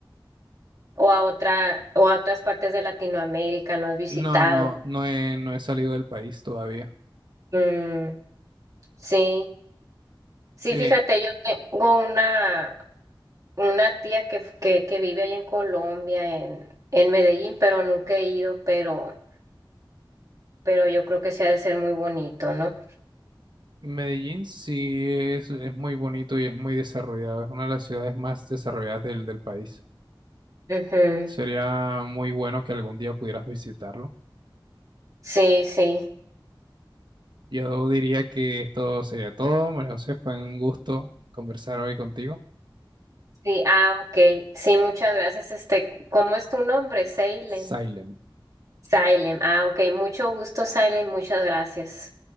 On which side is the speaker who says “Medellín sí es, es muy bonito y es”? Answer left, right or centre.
Right